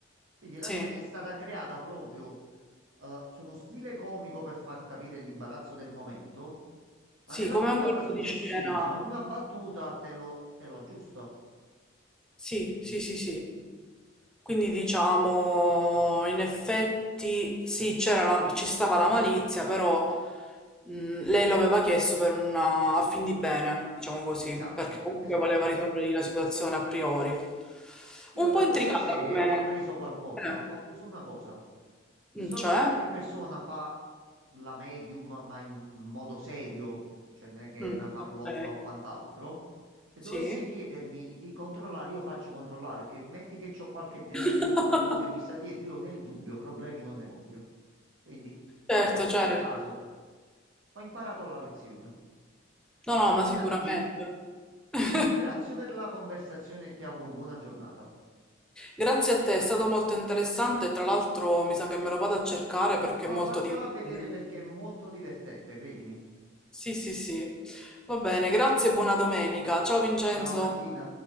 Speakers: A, on the right; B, in the centre.
A: Quindi la
B: sì,
A: scena è stata creata proprio eh, su uno stile comico per far capire l'imbarazzo del momento, ma
B: sì,
A: nella
B: come
A: puntata
B: un colpo
A: successiva,
B: di scena.
A: con una battuta, te lo te lo aggiusta.
B: Sì, sì, sì, sì. Quindi diciamo, in effetti sì, c'era la- ci stava la malizia, però mh, lei lo aveva chiesto per una, a fin di bene, diciamo così,
A: Esatto,
B: perché comunque
A: esatto.
B: voleva risolvere la situazione a priori.
A: Io
B: Un
A: da
B: po'
A: questa
B: intricata
A: serie
B: come...
A: ho appreso qualcosa,
B: eh,
A: ho appreso una cosa. Se
B: mm,
A: so
B: cioè?
A: che qualche persona fa la medium, ma in modo serio, cioè non è che
B: Mm,
A: è una farlocca
B: ok,
A: o quant'altro, se
B: sì.
A: dovesse chiedermi di controllare, io faccio controllare, che metti che c'ho qualche demonietto,
B: <laughs>
A: qualcosa che mi sta dietro, io nel dubbio problemi non ne voglio. Quindi va
B: Certo,
A: bene,
B: certo.
A: in quel caso ho imparato la lezione.
B: No, no,
A: Martina,
B: ma sicuramente.
A: ti, ri-
B: <laughs>
A: ti ringrazio per la conversazione e ti auguro buona giornata.
B: Grazie a te, è stato molto interessante. Tra l'altro, mi sa che me lo vado a cercare perché
A: No,
B: è molto
A: vattelo
B: divertente.
A: a vedere perché è molto divertente, credimi.
B: Sì, sì, sì. Va bene, grazie e buona domenica. Ciao Vincenzo.
A: Ciao Martina.